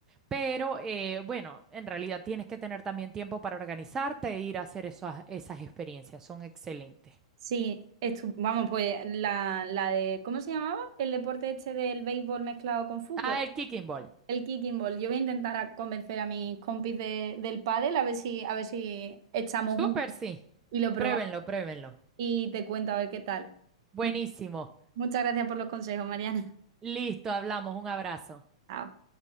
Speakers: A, on the right; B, on the right.
A: Pero eh, bueno, en realidad tienes que tener también tiempo para organizarte e ir a hacer esas, esas experiencias. Son excelentes.
B: Sí, estu- vamos, pues la, la de, ¿cómo se llamaba? El deporte este del béisbol mezclado con fútbol,
A: Ah, el kicking ball.
B: el kicking ball. Yo voy a intentar a convencer a mis compis de- del pádel a ver si, a ver si echamos
A: Súper,
B: juntos
A: sí.
B: y lo probamos
A: Pruébenlo, pruébenlo.
B: y te cuento a ver qué tal.
A: Buenísimo.
B: Mu- muchas gracias por los consejos, Mariana.
A: Listo, hablamos. Un abrazo.
B: Chao.